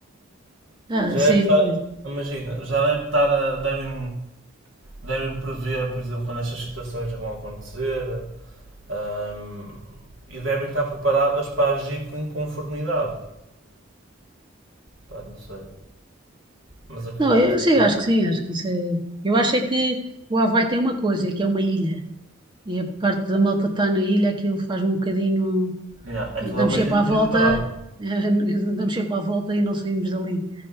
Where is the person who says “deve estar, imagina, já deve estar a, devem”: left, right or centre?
Right